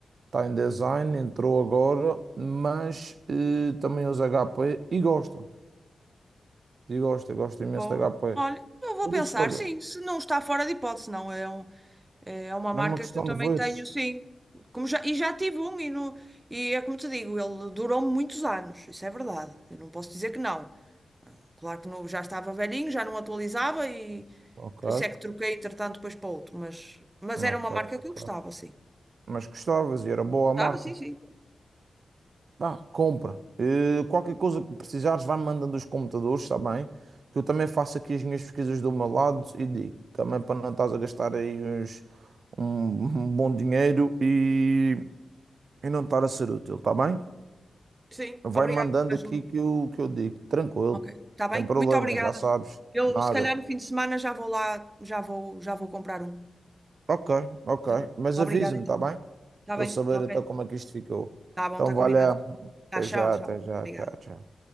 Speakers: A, on the right (about 65°); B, on the right (about 25°).
A: está em design, entrou agora, mas eh, também usa HP e gosta. E gosta, gosta imenso
B: Boa.
A: de HP.
B: Olha, eu vou
A: Por
B: pensar,
A: isso, olha,
B: sim, se não está fora de hipótese, não. É, um, é uma marca
A: é uma questão
B: que eu também
A: de veres.
B: tenho, sim. Como já, e já tive um, e, no, e é como te digo, ele durou muitos anos, isso é verdade. Eu não posso dizer que não. Claro que não, já estava velhinho, já não atualizava, e
A: Ok,
B: por isso é que troquei, entretanto, depois para outro. Mas, mas
A: ok,
B: era uma marca que
A: ok.
B: eu gostava, sim.
A: Mas gostavas e era boa a marca.
B: Gostava, sim, sim.
A: Pá, compra. Eh, qualquer coisa que precisares, vai-me mandando os computadores, está bem? Que eu também faço aqui as minhas pesquisas do meu lado e digo, também para não estás a gastar aí uns, um, <laughs> um bom dinheiro e, e não estar a ser útil, está bem?
B: Sim,
A: Vai
B: obrigada
A: mandando
B: pela
A: aqui
B: ajuda.
A: que eu, que eu digo, tranquilo,
B: Ok, está bem?
A: sem problema,
B: Muito obrigada.
A: já sabes,
B: Eu,
A: nada.
B: se calhar, no fim de semana já vou lá, já vou, já vou comprar um.
A: Ok, ok,
B: Já.
A: mas
B: Obrigada,
A: avisa-me,
B: então.
A: está bem?
B: Está
A: Para
B: bem?
A: eu saber
B: Ok.
A: até como é que isto ficou.
B: Está bom,
A: Então,
B: está
A: valeu,
B: combinado. Tá,
A: até
B: tchau,
A: já,
B: tchau.
A: até já,
B: Obrigada.
A: tchau, tchau.